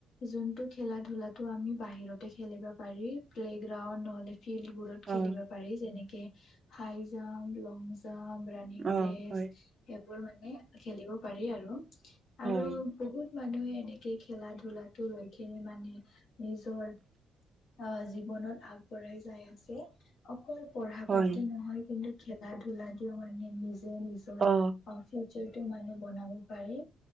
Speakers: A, on the left; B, on the right.
A: যোনটো খেলা ধোলাতো আমি বাহিৰতে খেলিবা পাৰি। প্লেগ্ৰাউড হ'লে ফিল্ডবোৰত
B: অ
A: খেলিব পাৰি যেনেকে high jump, long jump running
B: অ
A: ৰেচ
B: হয়
A: সেইবোৰ মানে খেলিব পাৰি আৰু।
B: হয়
A: আৰু বহুত মানুহে এনেকে খেলা ধুলাটো লৈ কেনে মানে নিজৰ অহ জীৱনত আগবঢ়াই যায় আছে। অকল পঢ়া
B: হয়
A: পাতি নহয় কিন্তু খেলা ধুলা দিও মানে নিজ যে নিজৰ
B: অ
A: আ ফিউচাৰটো মানে বনাব পাৰি।